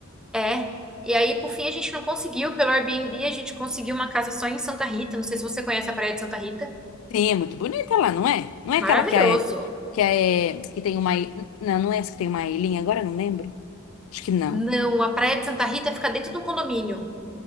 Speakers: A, in the centre; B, on the left.
A: É. E aí, por fim, a gente não conseguiu. Pelo Airbnb, a gente conseguiu uma casa só em Santa Rita. Não sei se você conhece a Praia de Santa Rita.
B: Sim, é muito bonita lá, não é? Não é
A: Maravilhoso.
B: aquela que é que é que tem uma i- não, não é essa que tem uma ilhinha, agora eu não lembro. Acho que não.
A: Não, a Praia de Santa Rita fica dentro de um condomínio.